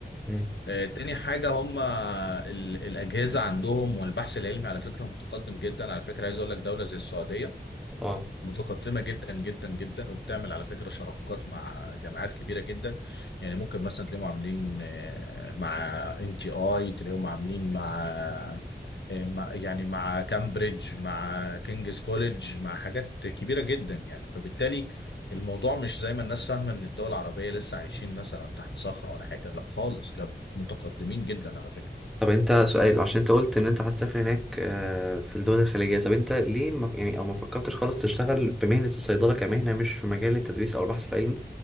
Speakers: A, in the centre; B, on the left (about 75°).
A: مم.
B: آه، تاني حاجة هم ال- الأجهزة عندهم والبحث العلمي على فكرة متقدم جدا على فكرة عايز أقول لك دولة زي السعودية
A: اه
B: متقدمة جدا جدا جدا وبتعمل على فكرة شراكات مع جامعات كبيرة جدا يعني ممكن مثلا تلاقيهم عاملين آه، مع ان تي اي تلاقيهم عاملين مع آه، مع- يعني مع كامبريدج مع كينجز كوليدج مع حاجات كبيرة جدا يعني فبالتالي الموضوع مش زي ما الناس فاهمة ان الدول العربية لسه عايشين مثلا تحت صخرة ولا حاجة لا خالص ده متقدمين جدا على فكرة
A: طب انت سؤال عشان انت قلت ان انت هتسافر هناك آه، في الدول الخليجية طب انت ليه ما يعني او ما فكرتش خالص تشتغل بمهنة الصيدلة كمهنة مش في مجال التدريس او البحث العلمي